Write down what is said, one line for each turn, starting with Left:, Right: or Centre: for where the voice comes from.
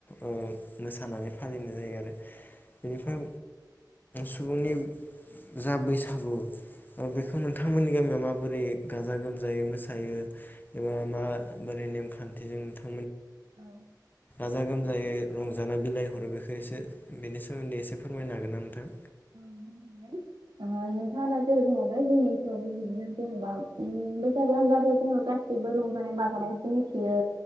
Left: ओ मोसानानै फालिनाय जायो आरो। बेनिफ्राय सुबुंनि जा बैसागु अ बेखौ नोंथांमोननि गामियाव माब बोरै गाजा गोमजायै मोसायो एबा माबोरै नेमखान्थिजों था
Right: औ।
Left: गाजा-गोमजायै रंजाना बिलाइ हरो बेखौ एसे बेनि सोमोन्दै एसे फोरमायनो हागोन ना नोंथां?
Right: ओ बुंफिनलाय ओ नोंथाङा दा जेरै बुंलांदो जोंनि ओनसोलावबो बिदिनो जेनेबा ओ बैसागु होनब्लाथाय जोङो गासैबो रंजानाय बाजानायफोरखौ मिथियो